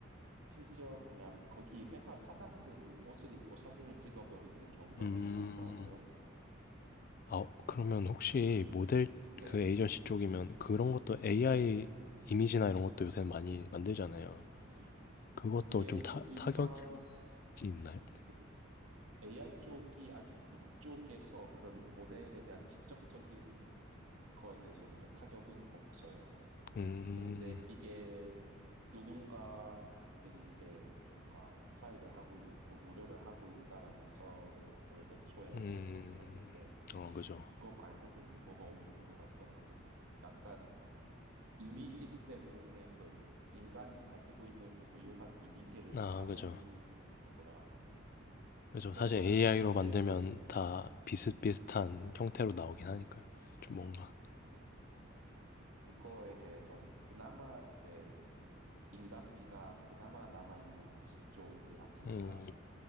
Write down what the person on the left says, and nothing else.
음.
아 그러면 혹시
모델
그 에이전시 쪽이면 그런 것도 AI
이미지나 이런 것도 요새 많이 만들잖아요.
그것도
좀 타,
타격이 있나요?
음,
음,
어, 그죠.
아,
그죠.
그죠. 사실
AI로
만들면 다 비슷비슷한 형태로 나오긴 하니까요. 좀 뭔가,
음,